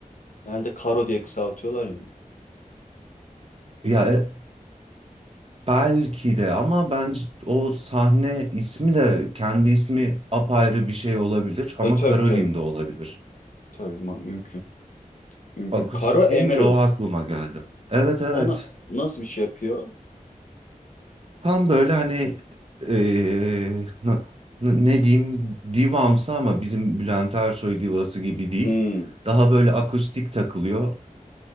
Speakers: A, on the left; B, on the right.
A: Herhalde Karo diye kısaltıyorlar ya.
B: Ya e, belki de ama bence o sahne ismi de kendi ismi apayrı bir şey olabilir ama
A: E, tabii
B: Caroline
A: tabii.
B: de olabilir.
A: Tabii ma- mümkün. Mümkün.
B: Akustik
A: Karo Emerald.
B: deyince o aklıma geldi. Evet evet.
A: Ona nasıl bir şey yapıyor?
B: Tam böyle hani e, na- na- ne diyeyim divamsı ama bizim Bülent Ersoy divası gibi değil.
A: Hmm.
B: Daha böyle akustik takılıyor.